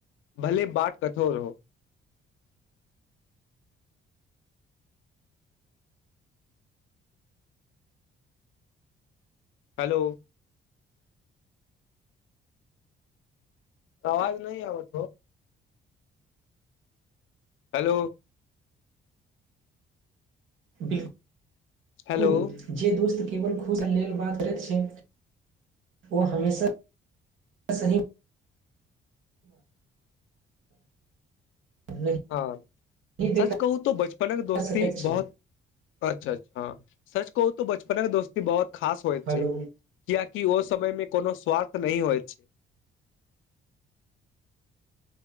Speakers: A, on the left; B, on the right.
A: भले बात कठोर हो हेलो आवाज नै आबत हो हेलो
B: बिल
A: हेलो
B: कुल जे दोस्त केवल खुश लेल बात करैत छै ओ हमेशा सही नहि
A: हँ
B: देखा
A: सच कहू तो बचपनक दोस्ती
B: सकैत छै
A: बहुत अच्छा हँ सच कहू तो बचपनक दोस्ती बहुत खास होइत
B: हेलो
A: छैय कियाकि ओ समय मे कोनो स्वार्थ नै होइ छैय